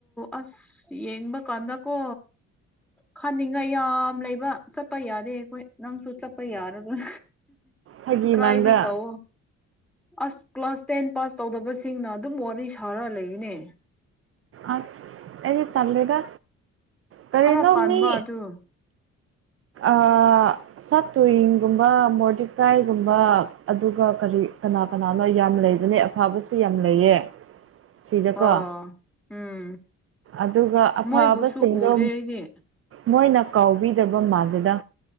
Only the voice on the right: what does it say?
ꯐꯥꯒꯤ
ꯃꯥꯟꯕ꯭ꯔꯥ
ꯑꯁ ꯑꯩꯗꯤ ꯇꯜꯂꯦꯗ ꯀꯔꯤꯅꯣ
ꯃꯤ
ꯑꯥ ꯁꯥ ꯇꯨꯋꯤꯡꯒꯨꯝꯕ ꯃꯣꯔꯗꯤꯀꯥꯏꯒꯨꯝꯕ ꯑꯗꯨꯒ ꯀꯔꯤ ꯀꯅꯥ ꯀꯅꯥꯅꯣ ꯌꯥꯝ ꯂꯩꯕꯅꯦ ꯐꯕꯁꯨ ꯌꯥꯝ ꯂꯩꯌꯦ ꯁꯤꯗꯀꯣ
ꯑꯗꯨꯒ ꯑꯐꯕꯁꯤꯡꯗꯣ
ꯃꯣꯏꯅ ꯀꯥꯎꯕꯤꯗꯕ ꯃꯥꯜꯂꯤꯗ